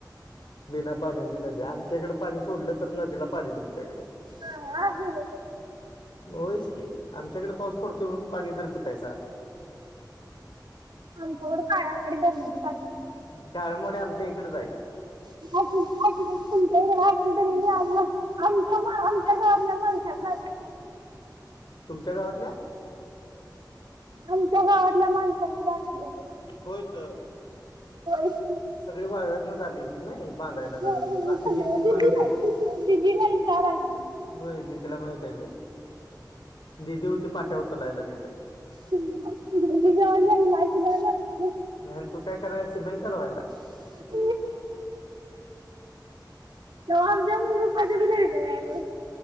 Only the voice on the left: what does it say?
बिना पाण्याची नदी आमच्याइकडं पाणी सोडलं तर नदीला पाणी तुमच्याकडं
होयच की आमच्याकड पाऊस पडतोय म्हणून पाणी तर पितायसा
काळमणी आमच्या इकडच हाय
तुमच्या गावातल्या
होय तर
सगळी वाळव्यातन आली होती ना हे. बांधायला धरण
बाकीची
इतली
खुळी होती.
होय. ला माहितीयलेई. दिदी होती पाट्या उचलायला तिथं.
अन तू काय करायला, सिमेंट कलवायला.